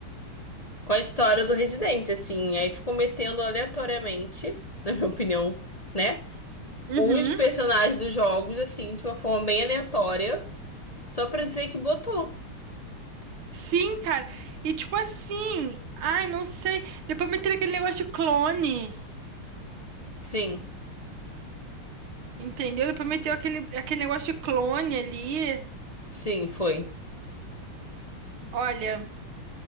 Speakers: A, on the left; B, on the right.
A: com a história do Residente, assim. Aí ficou metendo aleatoriamente, <laughs> na minha opinião, né?
B: Uhum.
A: Os personagens dos jogos, assim, de uma forma bem aleatória, só pra dizer que botou.
B: Sim, cara. E tipo assim, ai, não sei. Depois meteram aquele negócio de clone,
A: Sim,
B: entendeu? Depois meteu aquele, aquele negócio de clone ali.
A: sim, foi.
B: Olha,